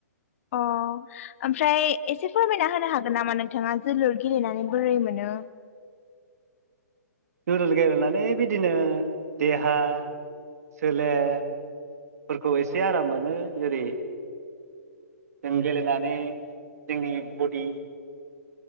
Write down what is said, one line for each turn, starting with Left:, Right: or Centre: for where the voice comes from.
Left: अ ओमफ्राय एसे फोरमायना होनो हागोन नामा नोंथाङा जोलुर गेलेनानै बोरै मोनो। दा
Right: जोलुर गेलेनानै बिदिनो देहा सोलेर फोरखौ एसे आराम मोनो जेरै जों गेलेनानै जोंनि बडि